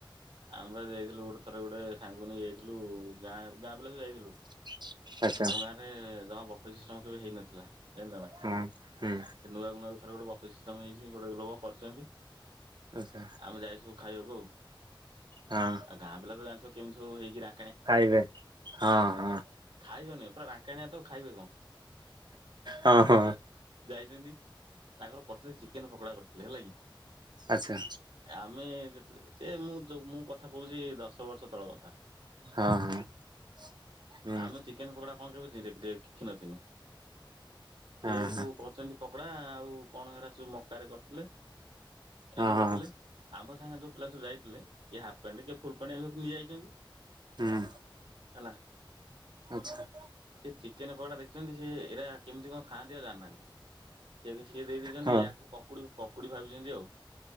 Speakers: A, on the right; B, on the right.
A: ଆମେ ପା ଯାଇଥିଲୁ ଗୋଟେ ଥରେ ଗୋଟେ ସାଙ୍ଗକୁ ନେଇକି ଯାଇଥିଲୁ ଗାଁ ଗାଁ ପିଲା ଯାଇଥିଲୁ।
B: <inaudible> ଆଚ୍ଛା
A: ଆମ ଗାଁରେ ଜମା ବଫେ ସିଷ୍ଟମ କେବେ ହେଇନଥିଲା। <unintelligible>
B: ହଁ ହୁଁ
A: ଥରେ ଗୋଟେ ବଫେ ସିଷ୍ଟମ୍ ହେଇଛି, ଗୋଟେ ଲୋକ କରିଚନ୍ତି।
B: ଆଚ୍ଛା
A: ଆମେ ଯାଇଚୁ। ଖାଇବୁ ଆଉ।
B: ହଁ
A: ଆଉ ଗାଁ ପିଲା ତ ଜାଣି କେମତି ସବୁ ହେଇକି ରା
B: ଖାଇବେ ହଁ ହଁ।
A: ଖାଇବେନି ପୁରା ରାଙ୍କାଣିଆ ତ ଖାଇବେ କଣ?
B: ହ ହ।
A: ଏନ୍ତି ତାଙ୍କର କରିଥିଲେ ଚିକେନ ପକୋଡା କରିଥିଲେ ହେଲା କି!
B: ଆଚ୍ଛା
A: ଆମେ ସେ ମୁଁ ମୁଁ କଥା କହୁଛି ଦଶ ବର୍ଷ ତଳର କଥା।
B: ହଁ ହଁ। ହୁଁ
A: ଆମ ଚିକେନ ପକୋଡା ତ କେବେ ଧୀରେ ଦେଖିନଥିଲୁ? ସିଏ
B: ହଁ ହଁ
A: ସବୁ କରୁଛନ୍ତି ପକୋଡା-ଆ-ଆ-ଆ ଆଉ କଣ ହେରା ସବୁ ମକାରେ କରିଥିଲେ। ଏ
B: ହଁ
A: ସବୁ
B: ହଁ
A: କରିଥିଲେ, ଆମ ସାଙ୍ଗ ପିଲା ସବୁ ଯାଇଥିଲେ କିଏ ହାଫ୍ ପ୍ୟାଣ୍ଟ୍ କିଏ ଫୁଲ୍ ପ୍ୟାଣ୍ଟ୍ ଏମିତି ସବୁ ପିନ୍ଧି ଯାଇଛନ୍ତି।
B: ହୁଁ।
A: ହେଲା।
B: ଆଚ୍ଛା।
A: ସେ ଚିକେନ ପକୋଡ଼ା ଦେଖୁଛନ୍ତି, ସେ ଏରା କେମିତି କଣ ଖାଆନ୍ତି ଆଉ ଜାଣିନାହାନ୍ତି! ସେ ସିଏ ଦେଇ ଦେଇଛନ୍ତି
B: ହଁ
A: ୟାକୁ ପକୁଡି ପକୁଡ଼ି ଭାବିଛନ୍ତି ଆଉ।